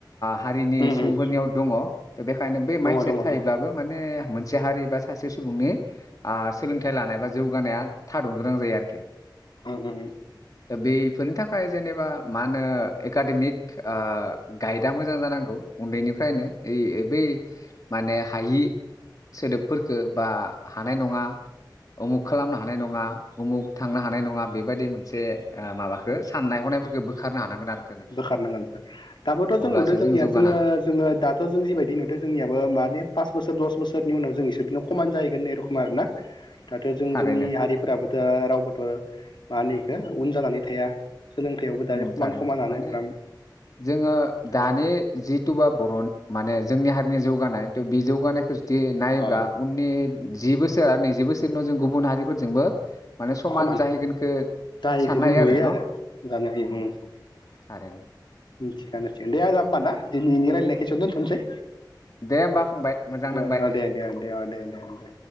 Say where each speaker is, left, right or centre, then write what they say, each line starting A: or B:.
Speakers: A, on the left (about 50°); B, on the left (about 75°).
A: हारिनि
B: उम
A: सुबुंफोरनियाव
B: उम
A: दङ बेखायनो बै
B: दङ
A: माइनसिया
B: दङ
A: थायोब्लाबो
B: दङ
A: मानेसे मोनसे हारि बा सासे सुबुंनि ओ सोलोंथाइ लानाय बा जौगानाया थादनो गोनां जायो आरोखि
B: उम औ उम
A: दा बेफोरनि थाखाय जेनेबा मा होनो एकाडेमिक गाइदआ मोजां जानांगौ उन्दैनिफ्रायनो इ बै माने हायि सोदोबफोरफोरखौ बा हानाय नङा उमुख खालामनो हानाय नङा उमुख थांनो हानाय नङा बेबायदि मोन मोन माबाखौ साननाय हनायफोरखौ हानांगोन आरोखो जों
B: बोखारनांगोनखार दाबोथ' जों
A: अब्लासो
B: नुदो जोंनिया
A: जौगानो
B: जोङो
A: हागोन
B: जोङो दाथ' जों जिबायदि नुददों जोंनियाबो माने पास बोसोर दस बोसोर बेनि उनाव जों इसोरजोंनो खमान जाहैगोन ने रखम आर ना दाथ' जों
A: थारैनो
B: जोंनि हारिफोराबोथ' रावबोथ' मानैै उन जानानै थाया सोलोंथायाइयावबो दायो
A: ओम
B: खमान
A: थारैनो
B: खमानानो
A: माने
B: फ्राम
A: जोङो
B: दा
A: दानि जितुबा बर' माने जोंनि हारिनि जौगानाय थ' बे जौगानायखौ दि नायोब्ला
B: अ
A: उननि जि बोसोर आरो नैजि बोसोरनि उनाव जों गुबुन हारिफोरजोंबो माने समान
B: खमान
A: जाहैगोनखौ
B: जायखौ
A: साननो
B: जों
A: हायो
B: नुयो
A: आरो न
B: <inaudible>
A: उम <unintelligible>
B: थिगानो थिगानो आजा होमबा ना दिनैनि रायलायनायखौ एसेयावनो दोनथ'नोसै
A: दे होमबा फंबाय मोजां
B: दे
A: नांबाय
B: ओ दे दे दे अ दे दे दे